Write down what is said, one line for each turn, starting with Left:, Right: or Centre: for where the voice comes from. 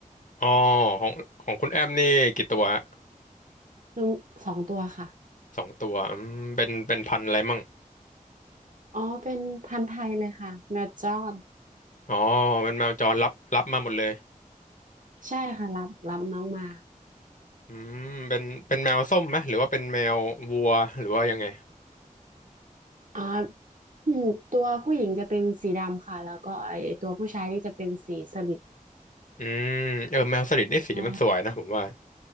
Left: อ๋อของของคุณแอมนี่กี่ตัวฮะ
Right: อืมสองตัวค่ะ
Left: สองตัวอืมเป็นเป็นพันธุ์อะไรมั่ง
Right: อ๋อเป็นพันธุ์ไทยเลยค่ะแมดจอน
Left: อ๋อเป็นแมวจรรับรับมาหมดเลย
Right: ใช่ค่ะรับรับน้องมา
Left: อืมเป็นเป็นแมวส้มไหมหรือว่าเป็นแมววัวหรือว่ายังไง
Right: อ่าอืมตัวผู้หญิงจะเป็นสีดำค่ะแล้วก็ไอตัวผู้ชายนี่จะเป็นสีสลิด
Left: อืมเออแมวสลิดนี่สีมันสวยนะผมว่า
Right: ใช่